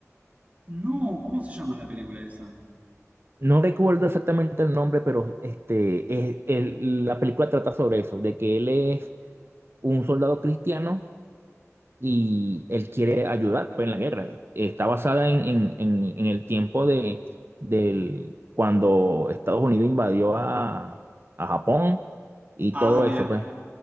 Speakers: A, on the right; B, on the right.
A: No, ¿cómo se llama la película esa?
B: No recuerdo exactamente el nombre, pero este, es- el- la película trata sobre eso, de que él es un soldado cristiano y él quiere ayudar pues, en la guerra. Está basada en, en- en- en el tiempo de, del, cuando Estados Unidos invadió a, a Japón y
A: Ah,
B: todo
A: mira.
B: eso, pues.